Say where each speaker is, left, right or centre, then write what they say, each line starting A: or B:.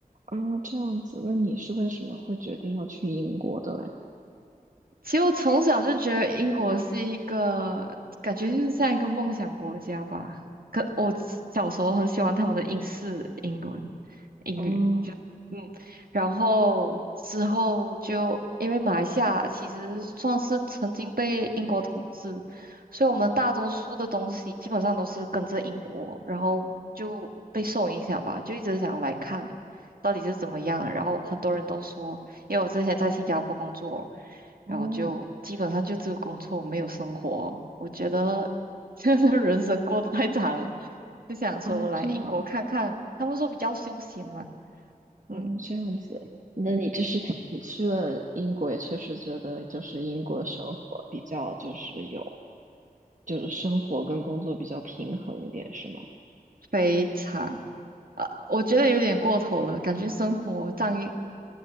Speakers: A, on the right (about 55°); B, on the right (about 75°).
A: 啊，这样子，那你是为什么会决定要去英国的嘞？
B: 其实我从小就觉得英国是一个感觉就是像一个梦想国家吧。可我小时候很喜欢他们的英式英文、英语，
A: 哦，
B: 就嗯，然后之后就因为马来西亚其实算是曾经被英国统治，所以我们大多数的东西基本上都是跟着英国，然后就被受影响吧，就一直想来看到底是怎么样。然后很多人都说，因为我之前在新加坡工作。
A: 哦，
B: 然后就基本上就只有工作没有生活。我觉得这样的人生过得太长了，就想说来英国看看。
A: 哦，这样，
B: 他们说比较休闲嘛，嗯，
A: 嗯，这样子，那你就是你去了英国，也确实觉得就是英国生活比较就是有，就是生活跟工作比较平衡一点，是吗？
B: 非常呃，我觉得有点过头了，感觉生活占一